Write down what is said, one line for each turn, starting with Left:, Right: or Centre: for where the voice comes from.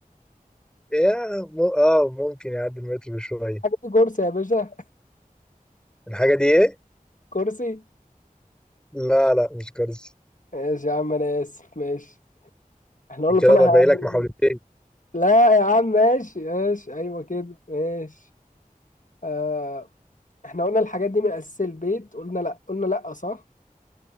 Centre: يا م... اه ممكن يعدي المتر بشوية
Left: الحاجة دي كرسي يا باشا
Centre: الحاجة دي ايه؟
Left: كرسي
Centre: لا لا مش كرسي
Left: ماشي يا عم أنا آسف ماشي احنا قلنا
Centre: كده
Left: طولها
Centre: ده
Left: يعدي
Centre: باقي لك
Left: المتر
Centre: محاولتين
Left: لا يا عم ماشي ماشي أيوه كده ماشي آه احنا قلنا الحاجات دي من اساس البيت قلنا لا قلنا لا صح